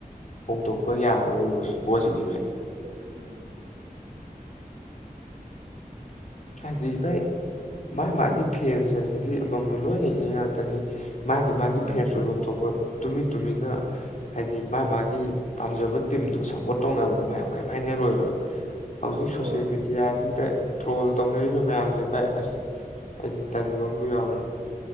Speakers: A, on the left; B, on the right.
A: ꯍꯣꯡꯇꯣꯛꯄ ꯌꯥꯔꯔꯣꯏꯕ ꯁꯤ ꯄꯣꯠꯁꯤꯗꯤꯚꯥꯏ
B: ꯎꯝ
A: ꯍꯥꯏꯗꯤ
B: ꯊꯪꯦ
A: ꯚꯥꯏ ꯃꯥ ꯃꯥꯒꯤ ꯐꯦꯟꯁ ꯍꯥꯏꯁꯤꯗꯤ ꯑꯃꯃꯝ ꯂꯣꯏ ꯂꯩꯉꯩ ꯉꯥꯛꯇꯅꯤ ꯃꯥꯒꯤ ꯃꯥꯒꯤ
B: ꯃꯥꯅꯤ
A: ꯐꯦꯁꯁꯨ
B: ꯃꯥꯅꯤ
A: ꯌꯣꯝꯊꯣꯛꯄ ꯇꯨꯃꯤꯟ ꯇꯨꯃꯤꯟꯅ ꯍꯥꯏꯗꯤ ꯃꯥ ꯃꯥꯒꯤ ꯄꯥꯝꯖꯕ ꯇꯤꯝꯗꯣ ꯁꯞꯄꯣꯔꯠ ꯇꯧꯅꯕꯗ ꯃꯌꯥꯝ ꯀꯔꯤꯝ ꯍꯥꯏꯅꯔꯣꯏꯕ ꯍꯧꯖꯤꯛ ꯁꯣꯁꯌꯦꯦꯜ
B: ꯍꯣꯏ
A: ꯃꯦꯗꯤꯌꯥꯁꯤꯗ ꯇ꯭ꯔꯣꯜ ꯇꯧꯅꯔꯤꯕ ꯃꯌꯥꯝꯁꯦ ꯚꯥꯏ ꯑꯁ ꯑꯩꯗꯤ ꯇꯟꯕ ꯑꯃꯁꯨ ꯌꯥꯎꯔꯤ